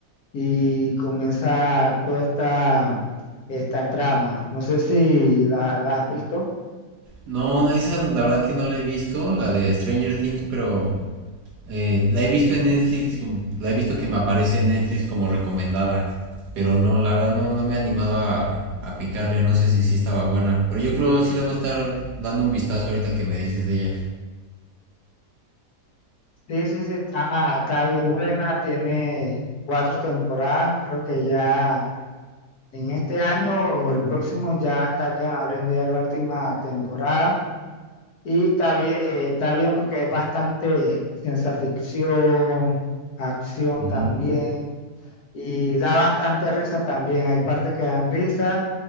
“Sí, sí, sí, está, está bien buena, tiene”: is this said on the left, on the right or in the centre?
Left